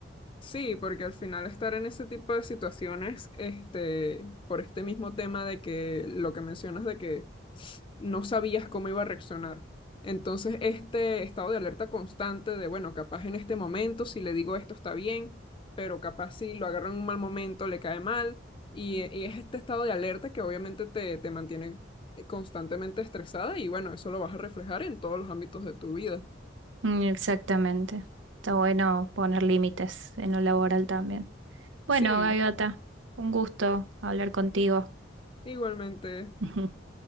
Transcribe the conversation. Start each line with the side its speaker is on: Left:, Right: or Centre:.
Left: Sí, porque al final estar en ese tipo de situaciones, este, por este mismo tema de que lo que mencionas de que no sabías cómo iba a reaccionar. Entonces, este estado de alerta constante de, bueno, capaz en este momento si le digo esto está bien, pero capaz si lo agarro en un mal momento le cae mal. Y, y es este estado de alerta que obviamente te, te mantiene constantemente estresada y bueno, eso lo vas a reflejar en todos los ámbitos de tu vida.
Right: Mm, exactamente. Está bueno poner límites en lo laboral también. Bueno,
Left: Sí.
Right: Gaviota, un gusto hablar contigo.
Left: Igualmente.
Right: <laughs>